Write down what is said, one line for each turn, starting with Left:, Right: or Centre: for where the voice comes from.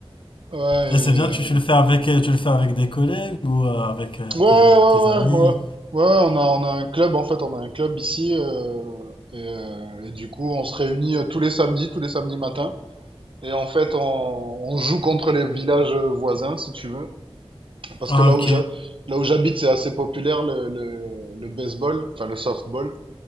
Right: Ouais,
Left: Et c'est bien, tu, tu le fais avec, euh, tu le fais avec des collègues ou euh, avec euh,
Right: Ouais, ouais,
Left: tes, tes amis?
Right: ouais, ouais. Ouais, on a, on a un club, en fait, on a un club ici, euh, et, euh, et du coup, on se réunit euh, tous les samedis, tous les samedis matins, et en fait, on, on joue contre les villages voisins, si tu veux, parce
Left: Ah,
Right: que là
Left: ok,
Right: où j'ha- là où j'habite, c'est assez populaire, le, le, le baseball, enfin, le softball,